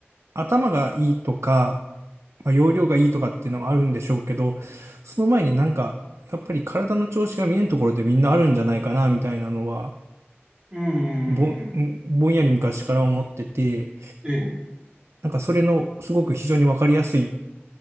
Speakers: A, on the right (about 80°); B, on the right (about 25°).
A: 頭がいいとか、まあ、容量がいいとかっていうのもあるんでしょうけど、その前になんか、やっぱり体の調子が見えんところでみんなあるんじゃないかな、みたいなのは、
B: うんうんうん
A: ぼん、ぼんやり昔から思ってて、
B: ええ、
A: なんかそれのすごく非常にわかりやすい